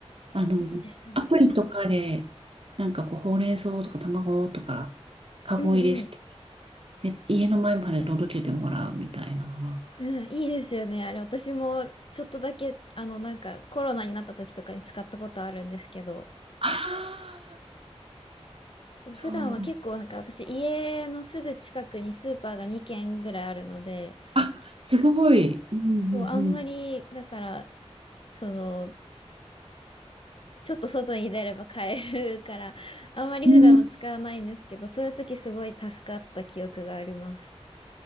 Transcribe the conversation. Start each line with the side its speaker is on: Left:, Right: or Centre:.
Right: あの、
Left: いいですね。
Right: アプリとかで、なんかこう、ほうれん草とか卵とか、カゴ入れして、
Left: うんうん。
Right: で、家の前まで届けてもらうみたいなのは。
Left: うん、いいですよね。あれ、私もちょっとだけ、あの、なんかコロナになった時とかに使ったことあるんですけど、
Right: ああ、
Left: そう、
Right: そう。
Left: 普段は結構なんか私、家のすぐ近くにスーパーが2軒ぐらいあるので、
Right: あ、すごい。うんうんう
Left: そう、あんまり、だから、その、ちょっと外に出れば買えるから、あんまり普段は使わないんですけど、
Right: ん。うん、
Left: そういう時すごい助かった記憶があります。